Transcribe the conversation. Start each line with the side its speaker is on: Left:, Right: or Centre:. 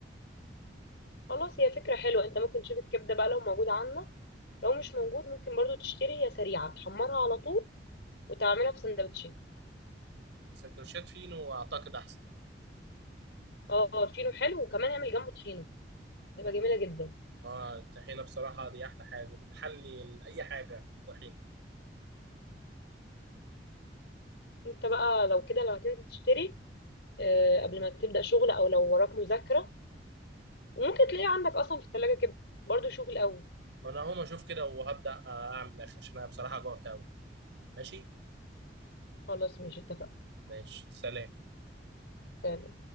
Left: خلاص هي فكره حلوه انت ممكن تشوف الكبده بقى لو موجود عندك لو مش موجود ممكن برده تشتري هي سريعه تحمرها على طول وتعملها في سندوتشات
Right: سندوتشات فينو اعتقد احسن
Left: اه الفينو حلو وكمان اعمل جنبه طحينه هتبقى جميله جدا
Right: اه الطحينه بصراحه دي احلى حاجه بتحلي ال- اي حاجه طحينه
Left: انت بقى لو كده لو هتنزل تشتري آه، قبل ما تبدأ شغل او لو وراك مذاكرة وممكن تلاقيه عندك اصلا في الثلاجة كبدة برضو شوف الاول
Right: ما انا هقوم اشوف كده وهبدا آه، اعمل اكل عشان انا بصراحه جوعت قوي ماشي
Left: خلاص ماشي اتفقنا
Right: ماشي سلام
Left: سلام